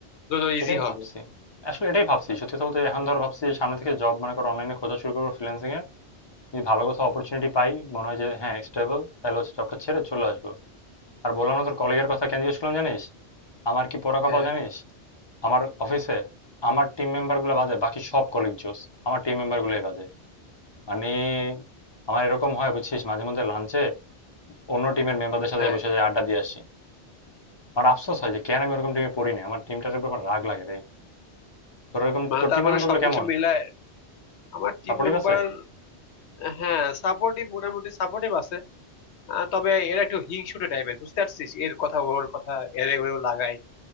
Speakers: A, on the left; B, on the left.
A: দুটো ইজি
B: এটাই
A: হবে
B: ভাবছি আসলে এটাই ভাবছি সত্যি কথা বলতে এখন ধর ভাবছি যে সামনে থেকে জব মনে করো অনলাইনে খোঁজা শুরু করবো ফ্রিল্যান্সিং এর যদি ভালো কোথাও অপরচুনিটি পাই মনে হয় যে হ্যাঁ স্টেবল তাহলে হচ্ছে জবটা ছেড়ে চলে আসবো আর বললাম না তোর কলিগের কথা কেন জিজ্ঞেস করলাম জানিস আমার কি পোড়া
A: হ্যাঁ
B: কপাল জানিস আমার অফিসে আমার টিম মেম্বার গুলো বাজে বাকি সব কলিগ জোস আমার টিম মেম্বার গুলোই বাজে মানে আমার এরকম হয় বুঝছিস মাঝে মধ্যে লাঞ্চে অন্য টিমের মেম্বারদের সাথে
A: হ্যাঁ
B: বসে যাই আড্ডা দিয়ে আসি আমার আফসোস হয় যে কেন আমি ওরকম টিমে পড়ি না আমার টিমটার উপর আমার রাগ লাগে রে তোর এরকম
A: মানে
B: তোর
A: তার
B: টিমের
A: মানে
B: মেম্বার
A: সবকিছু
B: গুলো কেমন
A: মিলায় আমার টিম
B: সাপোর্টিভ
A: মেম্বার
B: আছে
A: হ্যাঁ সাপোর্টিভ মোটামুটি সাপোর্টিভ আছে আহ, তবে এরা একটু হিংসুটে টাইপের বুঝতে পারছিস এর কথা ওর কথা এরে ওরেও লাগায়